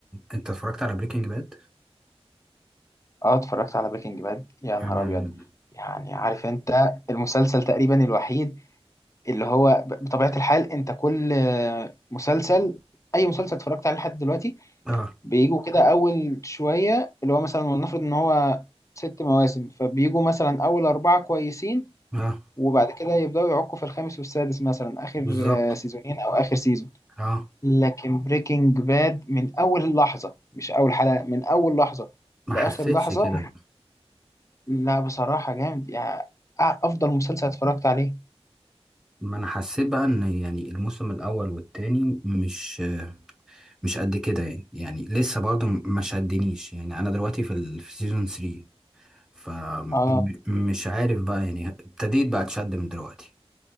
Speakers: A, in the centre; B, on the left.
A: انت اتفرجت على بريكنج باد
B: اه اتفرجت على بريكنج باد يا نهار
A: انا
B: أبيض يعني عارف أنت المسلسل تقريبا الوحيد اللي هو ب- بطبيعة الحال انت كل آه، مسلسل اي مسلسل اتفرجت عليه لحد دلوقتي
A: اه
B: بيجوا كده اول شوية اللي هو مثلا ولنفرض ان هو ست مواسم فبيجوا مثلا اول اربعة كويسين
A: اه
B: وبعد كده يبدأوا يعكوا في الخامس والسادس مثلا اخر
A: بالظبط
B: آه، سيزونين او اخر سيزون
A: اه
B: لكن بريكنج باد من اول لحظة مش اول حلقة من اول لحظة
A: ما
B: لاخر
A: حسيتش
B: لحظة
A: كده
B: لا بصراحة جامد يعني أ- افضل مسلسل اتفرجت عليه
A: ما انا حسيت بقى ان يعني الموسم الاول والتاني مش مش قد كده يعني يعني لسه برضه ما شدنيش يعني انا دلوقتي في ال... في سيزون 3 فمش
B: اه
A: عارف بقى يعني ابتديت بقى اتشد من دلوقتي